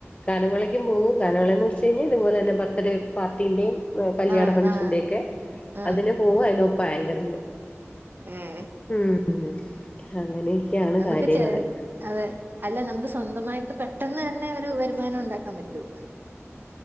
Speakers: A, on the left; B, on the right.
A: ഗാ നമേളയ്ക്കും പോകും ഗാ നമളയെന്ന് വച്ച്കഴിഞ്ഞാൽ ഇതുപോല എന്നെ ബർത്ത് ഡേ പാർട്ടിന്റെയും കല്യാണ
B: ആഹ്
A: ഫംഗ്ഷന്റെ
B: ആഹ്
A: ക്കെ
B: ആഹ്
A: അതിന് പോവും അതിനൊപ്പം ആങ്കറിങ്ങും
B: ഏഹ്
A: ഉം അങ്ങനെയൊക്കെയാണ്
B: നമക്ക്
A: കാര്യങ്ങള്
B: ചെ അതെ അല്ല നമക്ക് സ്വന്തമായിട്ട് പെട്ടെന്ന് തന്നെ ഒരു വരുമാനം ഉണ്ടാക്കാൻ പറ്റും